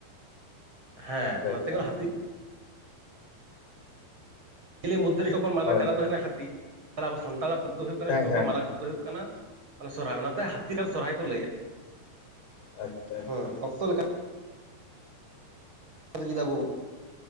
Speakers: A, on the right (about 30°); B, on the left (about 65°).
A: ᱦᱮᱸ
B: ᱟᱪᱪᱷᱟ
A: ᱚᱱᱟᱛᱮ
B: ᱟᱪᱪᱷᱟ ᱮᱸ
A: ᱦᱟᱹᱛᱤ ᱢᱚᱫᱽᱫᱷ ᱨᱮ ᱡᱚᱠᱷᱚᱱ ᱢᱟᱨᱟᱝ
B: ᱦᱳᱭ
A: ᱪᱞᱟ ᱫᱚ ᱦᱩᱭᱩᱜ ᱦᱟᱹ ᱛᱟᱦᱮ ᱟᱵᱚ ᱥᱟᱱᱛᱟᱲᱟᱜ ᱯᱚᱵ ᱫᱚ ᱦᱩᱭᱩᱜᱼᱟ
B: ᱦᱮᱸ
A: <unintelligible> ᱡᱚᱛᱚ ᱠᱷᱚᱱ
B: ᱦᱮᱸ
A: ᱢᱟᱨᱟᱝ ᱯᱚᱨᱚᱵᱽ ᱫᱚ ᱦᱩᱭᱩᱜ ᱠᱟᱱᱟ ᱥᱚᱨᱦᱟᱭ ᱚᱱᱟᱛᱮ ᱦᱟᱹᱛᱤ ᱞᱮᱠᱟᱱ ᱥᱚᱨᱦᱟᱭ ᱠᱚ ᱞᱟᱹᱭᱫᱼᱟ
B: ᱟᱪᱪᱷᱟ ᱟᱪᱪᱷᱟ
A: ᱦᱮᱸ ᱚᱠᱛᱚ ᱞᱮᱠᱟ ᱟᱫᱟ ᱪᱮᱫᱟᱜ ᱵᱟᱵᱳ